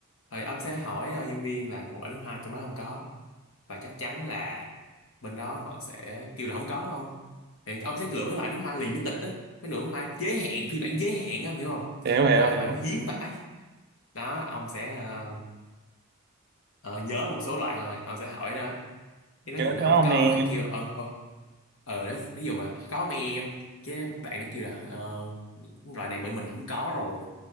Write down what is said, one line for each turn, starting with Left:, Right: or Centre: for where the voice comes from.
Left: rồi ông sẽ hỏi ờ, nhân viên là một loại nước hoa trong đó không có và chắc chắn là bên đó họ sẽ kêu là không có không thì ông sẽ lựa mấy loại nước hoa limited á mấy loại nước hoa giới hạn phiên bản giới hạn á ông hiểu không
Right: hiểu hiểu
Left: Mấy loại
Right: hiểu
Left: nước hoa mà hiếm vãi đó ông sẽ ờ, ờ, nhớ một số loại thôi ông sẽ hỏi nó cái nó
Right: kiểu
Left: dụ nó
Right: đó
Left: không
Right: không
Left: có
Right: em
Left: thì ông kêu ờ ờ ờ đấy ví dụ mà có mấy em cái bạn nó kêu là ờ, loại này bên mình không có rồi